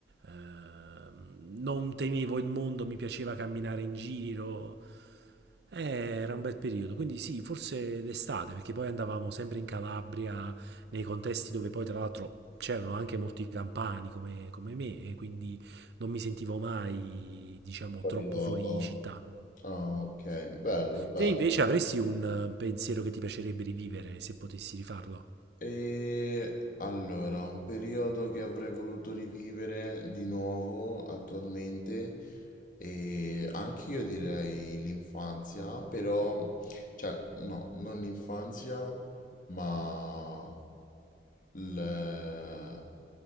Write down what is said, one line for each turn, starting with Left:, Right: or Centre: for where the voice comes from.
Right: Ehm, non temevo il mondo, mi piaceva camminare in giro. Eh, era un bel periodo, quindi sì, forse l'estate, perché poi andavamo sempre in Calabria, nei contesti dove poi tra l'altro c'erano anche molti campani come, come me, e quindi non mi sentivo mai, diciamo,
Left: fuori
Right: troppo
Left: luogo.
Right: fuori città.
Left: Ah, ok, bello, bello.
Right: Te invece avresti un eh, pensiero che ti piacerebbe rivivere se potessi rifarlo?
Left: E allora, un periodo che avrei voluto rivivere di nuovo attualmente, e anche io direi l'infanzia, però, cioè, no, non l'infanzia, ma il-